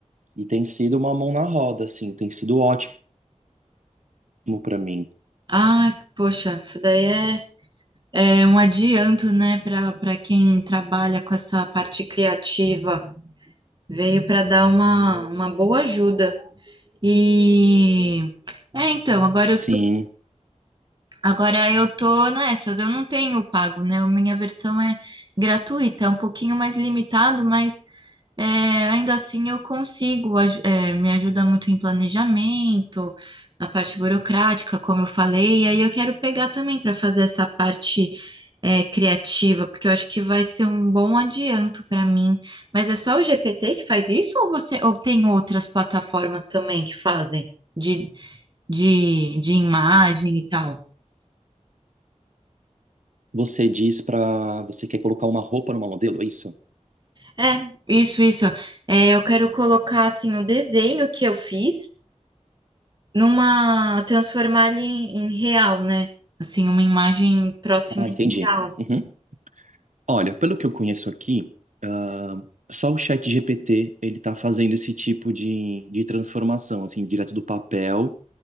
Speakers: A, on the right (about 75°); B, on the right (about 35°).
A: E tem sido uma mão na roda, assim, tem sido ótimo para mim.
B: Ah, poxa, isso daí é, é um adianto, né, para para quem trabalha com essa parte criativa. Veio para dar uma, uma boa ajuda. E é, então, agora
A: Sim,
B: eu Agora eu tô nessas, eu não tenho pago, né? A minha versão é gratuita, é um pouquinho mais limitado, mas é, ainda assim eu consigo, aj- é, me ajuda muito em planejamento, na parte burocrática, como eu falei, e aí eu quero pegar também para fazer essa parte é, criativa, porque eu acho que vai ser um bom adianto para mim. Mas é só o GPT que faz isso ou você ou tem outras plataformas também que fazem de, de, de imagem e tal?
A: você diz para. Você quer colocar uma roupa numa modelo, é isso?
B: É, isso, isso. É, eu quero colocar assim o desenho que eu fiz numa transformar ele em, em real, né? Assim, uma imagem próxima
A: Ah,
B: do
A: entendi.
B: real.
A: Uhum. Olha, pelo que eu conheço aqui, ah, só o ChatGPT ele tá fazendo esse tipo de, de transformação, assim, direto do papel